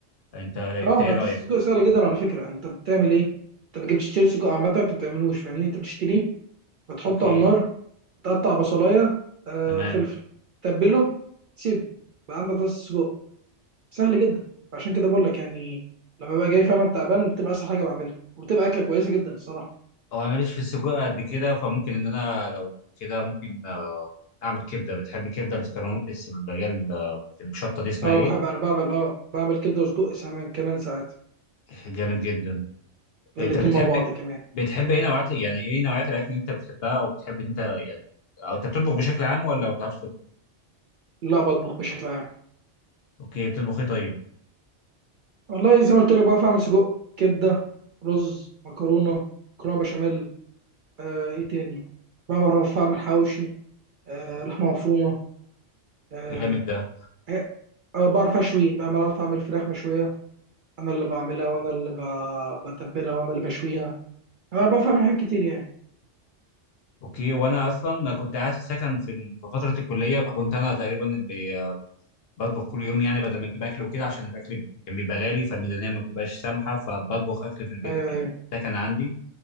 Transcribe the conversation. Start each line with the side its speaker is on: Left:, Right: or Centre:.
Left: انت انت
Right: اه ما
Left: ايه رايك
Right: طاسه سجق سهله جدا على فكره انت بتعمل ايه انت بتجيب تشتري سجق عامه انت بتعملوش فاهمني انت بتشتريه بتحطه
Left: اوكي
Right: على النار تقطع بصلايه آه
Left: تمام
Right: فلفل تبله تسيبه بقى عندك طاسه سجق سهل جدا عشان كده بقول لك يعني لما ببقى جاي فعلا تعبان بتبقى اسهل حاجه بعملها وبتبقى اكله كويسه جدا الصراحه
Left: هو انا ماليش في السجق قد كده فممكن ان انا لو كده ممكن آه، اعمل كبده بتحب الكبده الاسكرون الس- اللي هي ال- الشطه دي اسمها
Right: اه
Left: ايه
Right: بحب انا بعمل اه بعمل كبده وسجق ساعات كمان ساعات
Left: جامد جدا
Right: الاتنين
Left: انت بتحب
Right: مع بعض كمان
Left: بتحب ايه نوعات يعني ايه نوعيات الاكل اللي انت بتحبها او بتحب إن انت يعني او انت بتطبخ بشكل عام ولا ما بتعرفش تطبخ
Right: لا بطبخ بشكل عام
Left: اوكي بتطبخ ايه طيب
Right: والله زي ما قلت لك بقى فاهم سجق كبده رز مكرونه مكرونه بشاميل آه ايه تاني بقى بعرف اعمل حواوشي آه لحمه مفرومه آه
Left: جامد ده
Right: إيه، آه، بعرف اشوي بقى بعرف اعمل فراخ مشويه انا اللي بعملها وانا اللي ب- بتبلها وانا اللي بشويها انا بعرف اعمل حاجات كتير يعني
Left: اوكي وانا اصلا كنت قاعد في سكن في ال- في فتره الكليه فكنت انا تقريبا اللي بطبخ كل يوم يعني بدل ما اجيب اكل وكده عشان الاكل كان بيبقى غالي فالميزانيه ما بتبقاش سامحه فبطبخ اكل في البيت
Right: ايوه
Left: يعني
Right: ايوه
Left: السكن عندي